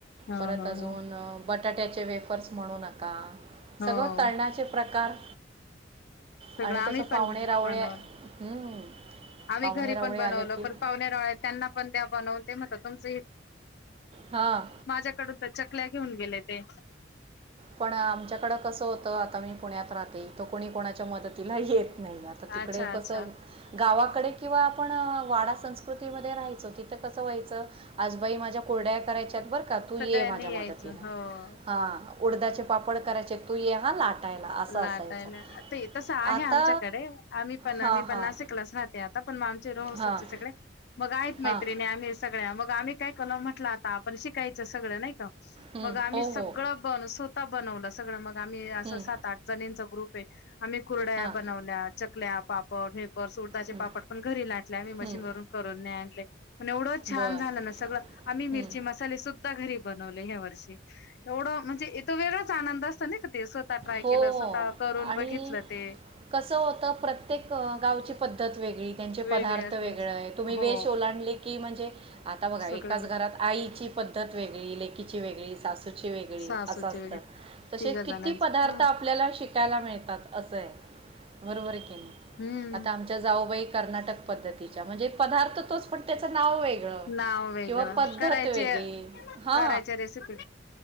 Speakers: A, on the left (about 60°); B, on the right (about 30°).
A: हो
B: परत
A: हो
B: अजून
A: हो
B: बटाट्याचे वेफर्स. म्हणू नका.
A: हो
B: सगळं तळणाचे प्रकार.
A: सगळं
B: आणि
A: आम्ही
B: कसं
A: पण
B: पाहुणे रावळे
A: बनवलं
B: हं,
A: आम्ही
B: पाहुणे
A: घरी
B: रावळे
A: पण बनवलं
B: आले की
A: पण पावणेराळ त्यांना पण त्या बनवून. ते मता तुमचं हे.
B: हां
A: माझ्याकडून. चकल्या घेऊन गेले ते.
B: पण आमच्याकड कसं होतं आता मी पुण्यात राहते इथो कोणी कोणाच्या मदतीला येत. नाही आता तिकडे
A: अच्छा अच्छा
B: कसं गावात कडे किंवा आपण वाडा संस्कृतीमध्ये राहायचो, तिथं कसं व्हायचं आजबाई माझ्या कोरड्या करायच्यात बरं. का तू
A: सगळ्यांनी
B: ये माझ्या मदतीला,
A: यायचं हो
B: हा. उडदााचे पापड करायचे. लाटायला असं
A: लाटायला
B: असायचं
A: ते तसं आहे
B: आता
A: आमच्याकडे, आम्ही पण
B: हां
A: मी
B: हां
A: पण नाशिकलाच राहते आता. पण मग आमचे रहसचे
B: हां
A: सगळे मग आहेत मैत्रिणी
B: हां
A: आम्ही सगळ्या मग आम्ही. काय कलं म्हटलं आता आपण शिकायचं सगळं नाही का.
B: हं,
A: मग आम्ही
B: हो
A: सगळं
B: हो
A: बन स्वतः बनवलं. सगळं मग आम्ही.
B: हं,
A: सात आठ जणीचा ग्रुप. पे. आम्ही कुरडाया
B: हां
A: बनवल्या चकली. ल्या पापड हे. बस उडदाचे
B: हं,
A: पापड पण घरी लाटले मी
B: हं,
A: मशीनवरून करून नाही आणले. म्हण एवढंच छान
B: बरं
A: झालं ना सगळं आम्ही मिरची
B: हं.
A: मसाले सुद्धा घरी. बनवले ह्या वर्षी एवढं म्हणजे वेगळांच आनंद असतो ना का ते. स्वतः ट्राय
B: हो
A: केलं स्वतः करून
B: आणि
A: बघितलं ते
B: कस होतं प्रत्येक गावची पद्धत. वेगळी त्याचे
A: वेगळे
B: पदार्थ
A: असे
B: वेगळे तुम्ही
A: हो
B: वेष ओलांडले की म्हणजे आता बगा
A: सगळे
B: एकाच घरात आईची पद्धत वेगळी लेकीची वेगळी ची वेगळी, सासूची वेगळी च
A: सासूचे
B: सुची वेगळी असं असतात
A: वगैरे
B: तसे
A: तिघ
B: क
A: जणांचे
B: पदार्थ
A: हा
B: आपल्याला शिक शिकायला मिळतात असंय बरोबर की नाही
A: हम्म
B: आता आमच्या जाऊबाई कर्नाटक पद्धतीत हम्म पदार्थ तोच पण त्या नाव वेगळ
A: नाव वेगळं
B: किंवा पद्धत
A: करायचे
B: वेगळी हा
A: करायच्या रेसिपी